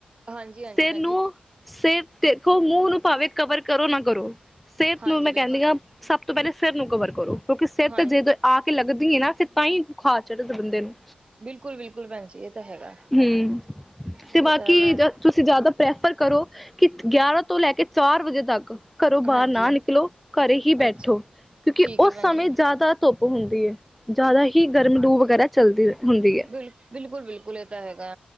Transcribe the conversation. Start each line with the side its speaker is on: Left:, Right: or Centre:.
Right: ਹਾਂਜੀ ਹਾਂਜੀ
Centre: ਸੇਰ
Right: ਭੈਣ
Centre: ਨੂੰ
Right: ਜੀ
Centre: ਸੇਰ ਤੇ ਦੇਖੋ ਮੂੰਹ ਨੂੰ ਭਾਵੇਂ ਕਵਰ ਕਰੋ ਨਾ ਕਰੋ ਸਿਹਤ
Right: ਹਾਂਜੀ
Centre: ਨੂੰ ਮੈਂ
Right: ਭੈਣ
Centre: ਕਹਿੰਦੀ
Right: ਜੀ
Centre: ਹਾਂ ਸਭ ਤੋਂ ਪਹਿਲੇ ਸਿਰ ਨੂੰ ਕਵਰ ਕਰੋ।
Right: ਹਾਂ
Centre: ਤੇ ਜਦੋਂ ਆ ਕੇ ਲੱਗਦੀ ਏ ਨਾ ਫਿਰ ਤਾਂ ਹੀ ਬੁਖਾਰ ਚੜ ਬੰਦੇ ਨੂੰ।
Right: ਬਿਲਕੁਲ ਬਿਲਕੁਲ ਭੈਣ ਜੀ ਇਹ ਤਾਂ ਹੈਗਾ
Centre: ਹਮ
Right: ਇਹ
Centre: ਤੇ ਬਾਕੀ
Right: ਤਾਂ ਮੈਂ
Centre: ਤੁਸੀਂ ਜ਼ਿਆਦਾ ਪ੍ਰੈਫਰ ਕਰੋ ਕਿ ਗਿਆਰਾਂ ਤੋਂ ਲੈ ਕੇ ਚਾਰ ਵਜੇ ਤੱਕ ਘਰੋਂ ਬਾਹਰ
Right: ਹਾਂਜੀ
Centre: ਨਾ ਨਿਕਲੋ ਘਰੇ ਹੀ ਬੈਠੋ
Right: ਅੱਛਾ
Centre: ਕਿਉਂਕਿ
Right: ਠੀਕ
Centre: ਉਸ
Right: ਹੈ ਭੈਣ
Centre: ਸਮੇਂ
Right: ਜੀ
Centre: ਜਾਦਾ ਧੁੱਪ ਹੁੰਦੀ ਹੈ, ਜਾਦਾ ਹੀ ਗਰਮ ਲੂ ਵਗੈਰਾ ਚੱਲਦੀ ਹੈ। ਹੁੰਦੀ
Right: ਬਿਲੁ ਬਿਲਕੁਲ-ਬਿਲਕੁਲ ਇਹ ਤਾਂ ਹੈਗਾ।